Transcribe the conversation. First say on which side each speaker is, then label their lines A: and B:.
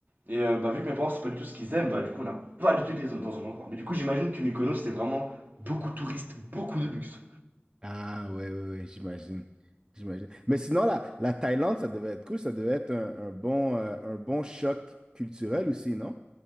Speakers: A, on the right; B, on the right.
A: Et euh, bah, vu que mes parents, c'est pas du tout ce qu'ils aiment, bah, du coup, on n'a pas du tout été dans un endroit. Mais du coup, j'imagine que Mykonos, c'est vraiment beaucoup de touristes, beaucoup de luxe.
B: Ah ouais, ouais, ouais, j'imagine. J'imagine. Mais sinon, la, la Thaïlande, ça devait être cool, ça devait être un, un bon, euh, un bon choc culturel aussi, non?